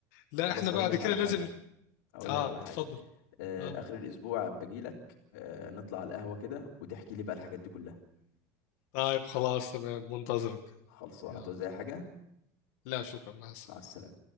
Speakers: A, on the left; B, on the left.
A: خلاص
B: لا احنا بعد
A: اقول لك
B: كده
A: على
B: لازم
A: حاجة اقول
B: آه
A: لك على حاجة
B: اتفضل
A: آه،
B: آه
A: اخر الاسبوع باجي لك آه، نطلع على القهوة كده وتحكي لي بقى الحاجات دي كلها
B: طيب خلاص تمام منتظرك
A: خلصانه
B: يلا
A: توزع حاجه
B: لا شكرا مع السلامة
A: مع السلامه